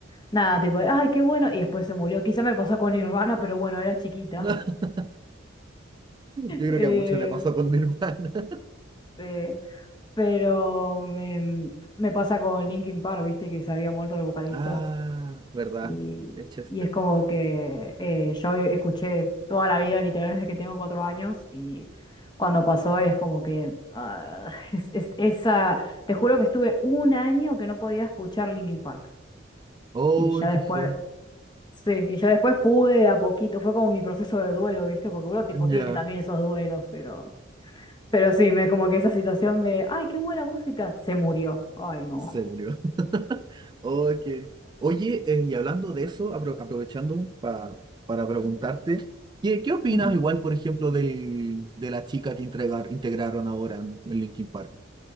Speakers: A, on the left; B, on the right.
A: nada, tipo, de, ay, qué bueno, y después se murió. Quizá me pasó con Nirvana, pero bueno, era chiquita.
B: <laughs> Yo
A: <laughs>
B: creo
A: Eh,
B: que a muchos le pasó con mi hermana. <laughs>
A: eh, pero me, me pasa con Linkin Park, viste, que se había muerto el vocalista.
B: Ah, verdad.
A: Y,
B: El Chester.
A: y es como que eh, yo escuché toda la vida, literal, desde que tengo cuatro años, y cuando pasó es como que ah, <laughs> es, es- esa, te juro que estuve un año que no podía escuchar Linkin Park.
B: Oh,
A: Y ya
B: qué
A: después,
B: fe.
A: sí, y ya después pude de a poquito, fue como mi proceso de duelo, ¿viste? Porque uno tipo tiene
B: Ya,
A: también esos duelos, pero, pero sí, me como que esa situación de, ay, qué buena música, se murió. Ay, no.
B: se murió. <laughs> Oh, qué- Oye, eh, y hablando de eso, apro- aprovechando pa- para preguntarte, ¿qué, qué opinas
A: <laughs>
B: igual, por ejemplo, del, de la chica que entregar, integraron ahora en, en Linkin Park?